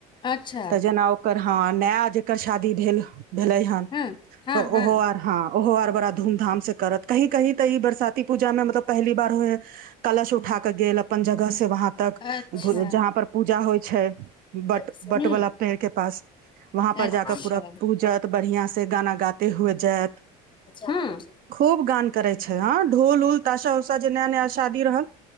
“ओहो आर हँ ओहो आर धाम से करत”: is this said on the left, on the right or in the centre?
Right